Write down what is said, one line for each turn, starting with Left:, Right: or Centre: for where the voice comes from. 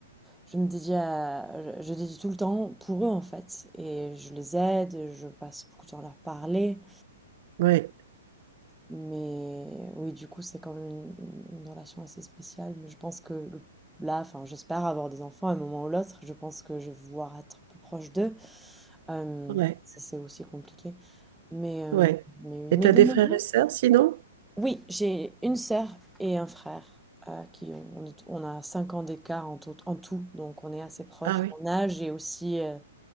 Centre: je me dédie à, je, je dédie tout le temps pour eux, en fait. Et je les aide, je passe beaucoup de temps à leur parler.
Right: ouais,
Centre: Mais oui, du coup, c'est quand même une, une- une relation assez spéciale. Mais je pense que le- là, enfin, j'espère avoir des enfants à un moment ou l'autre. Je pense que je vais vouloir être plus proche d'eux. Euh,
Right: ouais,
Centre: ça, c'est aussi compliqué. Mais, euh,
Right: ouais.
Centre: mais oui,
Right: Et
Centre: mais
Right: t'as
Centre: de
Right: des
Centre: nos
Right: frères
Centre: jours-
Right: et sœurs sinon?
Centre: Oui, j'ai une sœur et un frère euh, qui ont, on est- on a 5 ans d'écart en tout, en tout, donc on est assez proches
Right: Ah oui.
Centre: en âge et aussi euh,